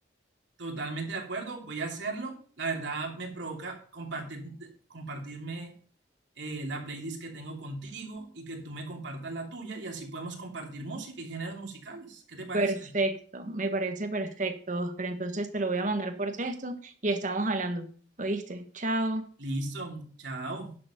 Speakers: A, on the right (about 80°); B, on the right (about 45°).
A: Totalmente de acuerdo, voy a hacerlo. La verdad me provoca compartir, compartirme eh, la playlist que tengo contigo y que tú me compartas la tuya y así podemos compartir música y géneros musicales. ¿Qué te parece?
B: Perfecto, me parece perfecto, Oscar. Entonces te lo voy a mandar por texto y estamos hablando. ¿Oíste? Chao.
A: Listo, chao.